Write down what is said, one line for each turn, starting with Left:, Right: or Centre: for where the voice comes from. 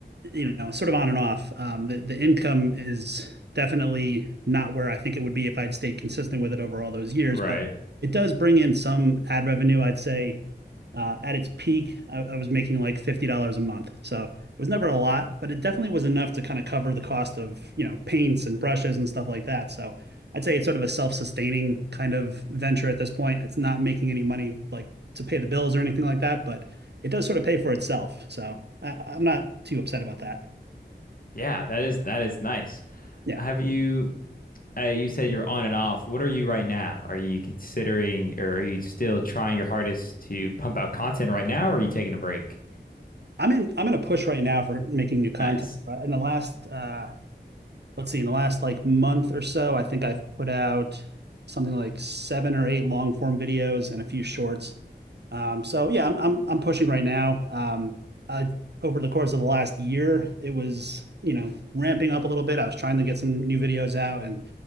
Right: you know, sort of on and off. Um, the, the income is definitely not where I think it would be if I'd stayed consistent with it over all those years,
Left: Right.
Right: but it does bring in some ad revenue, I'd say uh, at its peak, I, I was making like $50 a month. So it was never a lot, but it definitely was enough to kind of cover the cost of, you know, paints and brushes and stuff like that. So I'd say it's sort of a self-sustaining kind of venture at this point. It's not making any money like to pay the bills or anything like that, but it does sort of pay for itself. So I, I'm not too upset about that.
Left: Yeah, that is that is nice.
Right: Yeah.
Left: Have you uh, you said you're on and off. What are you right now? Are you considering or are you still trying your hardest to pump out content right now or are you taking a break?
Right: I'm in I'm in a push right now for making new content.
Left: Nice.
Right: In the last uh let's see, in the last like month or so, I think I've put out something like seven or eight long form videos and a few shorts. Um, so yeah, I'm I'm I'm pushing right now. Um, I, over the course of the last year, it was, you know, ramping up a little bit. I was trying to get some new videos out and